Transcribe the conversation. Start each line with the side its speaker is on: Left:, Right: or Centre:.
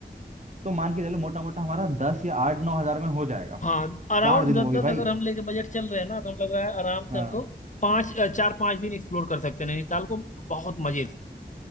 Right: तो मान के चलो मोटा मोटा हमारा दस या आठ नौ हजार में हो जाएगा
Left: हाँ अराउंड
Right: चार दिन
Left: दस
Right: वो
Left: दस
Right: भी
Left: अगर
Right: भाई
Left: हम लेके बजट चल रहे हैं ना तो हम लग रहा है आराम से
Right: हाँ
Left: हम लोग पाँच अ, चार पाँच दिन एक्सप्लोर कर सकते हैं नैनीताल को बहुत मजे से